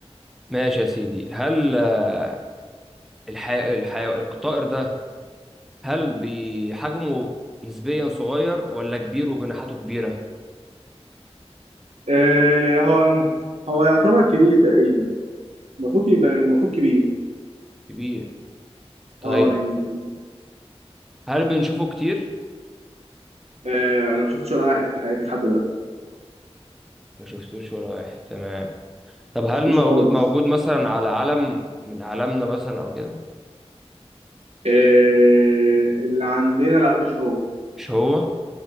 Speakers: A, in the centre; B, on the right.
A: ماشي يا سيدي هل آه، الحي... الحي... الطائر ده هل بحجمه نسبيا صغير ولا كبير وجناحاته كبيرة
B: آه يعني هو هو يعتبر كبير تقريبا المفروض يبقى المفروض كبير
A: كبير طيب
B: اه يعني
A: هل بنشوفه كتير
B: آه انا ما شفتش ولا واحد في حياتي لحد دلوقتي
A: ما شفتوش ولا واحد تمام
B: ما
A: طب هل
B: شفتوش
A: موجود
B: خالص
A: موجود مثلا على علم من أعلامنا مثلا أو كده
B: آه اللي عندنا لا مش هو
A: مش هو